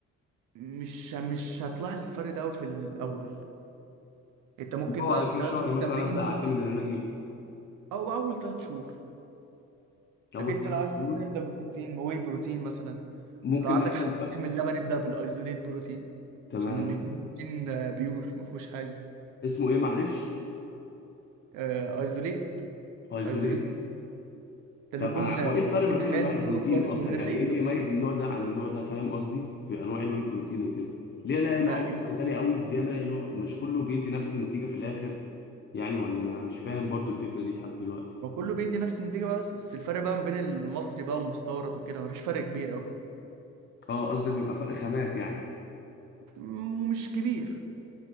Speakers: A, on the right (about 85°); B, on the left (about 35°).
A: مش مش هتلاحظ الفرق ده أوي في الاول انت ممكن
B: اللي هو
A: بعد
B: بعد كام
A: 3
B: شهر
A: شهور
B: مثلا
A: تمرين
B: ابدا اعتمد ان انا اجيبه
A: او اول 3 شهور
B: اول
A: لكن انت
B: ثلاث
A: لو عايز
B: شهور
A: تبدا ابدا ببروتين واي بروتين مثلا
B: ممكن
A: لو عندك
B: مثلا
A: حساسيه
B: ف...
A: من اللبن ابدا بالايزوليت بروتين
B: تمام
A: عشان بيكون بروتين آه، بيور ما فيهوش حاجه
B: اسمه ايه معلش
A: آه، ايزوليت
B: ايزوليت
A: ايزوليت ده
B: طب
A: بيكون
B: أنا-
A: آه،
B: هو ايه
A: بروتين
B: الفرق ما بين انواع
A: خام
B: البروتين
A: بيور خالص
B: اصلا
A: من غير
B: يعني
A: اي
B: ايه
A: اضافات
B: اللي يميز النوع ده عن النوع ده فاهم قصدي في انواع الواي بروتين وكده ليه الاقي
A: ما
B: نوع
A: ال-
B: مثلا غالي قوي ليه الاقي نوع مش كله بيدي نفس النتيجة في الاخر يعني ولا انا مش فاهم برضو الفكرة دي لحد دلوقتي
A: ما كله بيدي نفس النتيجه بقى بس بس الفرق بقى ما بين المصري بقى والمستورد وكده ما فيش فرق كبير قوي
B: اه قصدك بيبقى فرق خامات يعني
A: ومش كبير